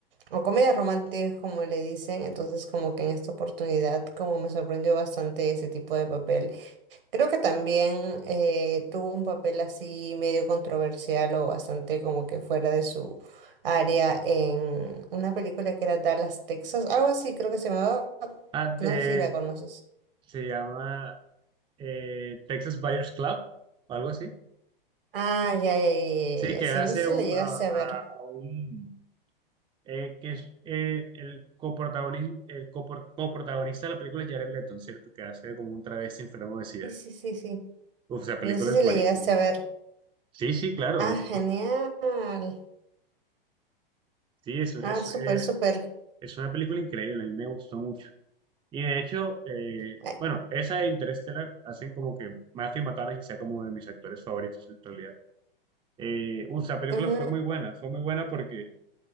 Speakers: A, on the right; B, on the right.
A: o comedias románticas como le dicen. Entonces como que en esta oportunidad como me sorprendió bastante ese tipo de papel. Creo que también eh, tuvo un papel así medio controversial o bastante como que fuera de su área en una película que era Dallas, Texas. Algo así creo que se llamaba.
B: Ah,
A: No
B: eh,
A: sé si la conoces.
B: se llama eh, Texas Buyers Club o algo así.
A: Ah, ya, ya, ya, ya,
B: Sí, que
A: ya, sí,
B: él hace
A: no sé si
B: un,
A: la llegaste
B: a, a-
A: a ver.
B: a un eh, que es eh, el coprotagonismo, el copro- coprotagonista de la película es Jared Leto, ¿cierto? Que hace como un travesti enfermo de SIDA.
A: Sí, sí, sí, sí.
B: Uf, esa película
A: No sé
B: es
A: si
B: buenísima.
A: la llegaste a ver.
B: Sí, sí, claro,
A: Ah,
B: es, es
A: genial.
B: un- sí, es, es,
A: Ah, súper,
B: eh,
A: súper.
B: es una película increíble, a mí me gustó mucho. Y de hecho, eh,
A: Ay,
B: bueno, esa de Interstellar hacen como que Matthew McConaughey sea como uno de mis actores favoritos en realidad. Eh, uf, esa película
A: ujú,
B: fue muy buena, fue muy buena porque